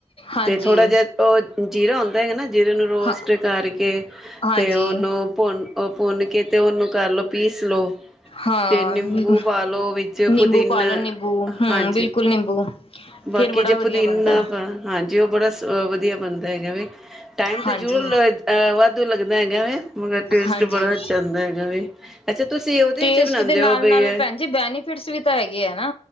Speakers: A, on the left; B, in the centre.
A: ਹਾਂਜੀ
B: ਤੇ ਥੋੜਾ ਜਿਹਾ ਉਹ ਜੀਰਾ ਆਉਂਦਾ ਹੈਗਾ ਨਾ ਜਿਹਨ ਰੋਸਟ
A: ਹਾਂ
B: ਕਰਕੇ ਅਤੇ
A: ਹਾਂਜੀ
B: ਉਹਨੂੰ ਭਨ ਉਹ ਫੋਨ ਕੀਤੇ ਉਹਨੂੰ ਕਰ ਲਓ ਪੀਸ ਲਓ
A: ਹਾਂ
B: ਅਤੇ ਨਿੰਬੂ ਪਾ ਲਓ ਵਿੱਚ
A: ਨਿੰਬੂ
B: ਪੁਦੀਨ
A: ਪਾਲੋ ਨਿੰਬੂ ਹਮ
B: ਹਾਂਜੀ
A: ਬਿਲਕੁਲ ਨਿੰਬੂ
B: ਬਾਕੀ
A: ਫੇਰ ਬੜਾ
B: ਜੇ ਪੁਦੀਨਾ
A: ਵਧੀਆ ਬਣਦਾ
B: ਹਾਂਜੀ ਉਹ ਬੜਾ। ਸ ਵਧੀਆ ਬਣਦਾ ਹੈਗਾ ਵੀ। ਟਾਈਮ ਤੇ
A: ਹਾਂਜੀ
B: ਜ਼ਰੂਰ ਵਾਧੂ ਲੱਗਦਾ ਹੈਗਾ ਹੈ ਮਗਰ ਟੇਸਟ
A: ਹਾਂਜੀ
B: ਬੜਾ ਅਛਾ ਆਉਂਦਾ ਹੈਗਾ ਵੀ ਅੱਛਾ ਤੁਸੀਂ ਉਹਦੇ
A: ਟੇਸਟ
B: ਵਿੱਚ ਬਣਾਉਂਦੇ
A: ਦੇ ਨਾਲ
B: ਹੋ ਬਈ
A: ਨਾਲ ਭੈਣ ਜੀ ਬੈਨੀਫਿਟਸ ਵੀ ਤਾਂ ਹੈਗੇ ਆ ਨਾ